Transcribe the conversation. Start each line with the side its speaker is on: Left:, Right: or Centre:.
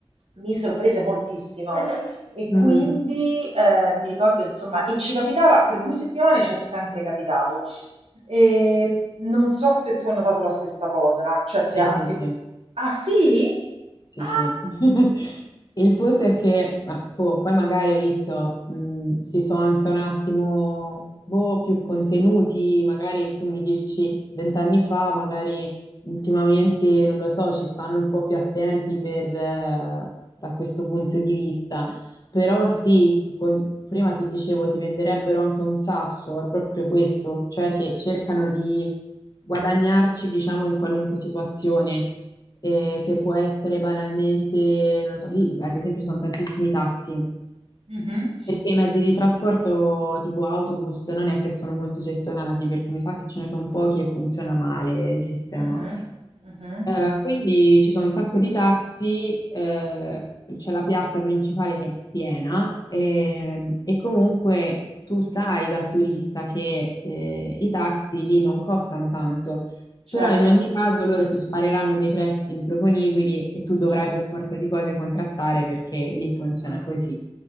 Right: mi sorprese moltissimo. E quindi
Left: Mhm.
Right: eh, mi ricordo, insomma, e ci capitava per due settimane, ci è sempre capitato. E non so se tu hai notato la stessa cosa, cioè se
Left: Sì,
Right: anche...
Left: sì, sì.
Right: Ah sì?
Left: Sì,
Right: Ah!
Left: sì. <laughs> Il punto è che, ma, boh, poi magari hai visto, mh, si sono anche un attimo, boh, più contenuti, magari tu mi dici vent'anni fa, magari ultimamente, non lo so, ci stanno un po' più attenti per, eh, da questo punto di vista. Però sì, con- prima ti dicevo, ti venderebbero anche un sasso, è proprio questo, cioè che cercano di guadagnarci, diciamo, in qualunque situazione eh, che può essere banalmente, non lo so, lì ad esempio ci sono tantissimi taxi,
Right: Mhm,
Left: perché i mezzi di trasporto tipo autobus non è che sono molto gettonati, perché mi sa che ce ne sono pochi e funziona male il sistema.
Right: mhm, mhm.
Left: Eh, quindi ci sono un sacco di taxi, eh, c'è la piazza principale che è piena e, e comunque tu sai da turista che eh, i taxi lì non costano tanto, però
Right: Certo,
Left: in ogni caso loro ti spareranno dei prezzi improponibili e tu dovrai
Right: certo.
Left: per forza di cose contrattare perché lì funziona
Right: Mhm.
Left: così.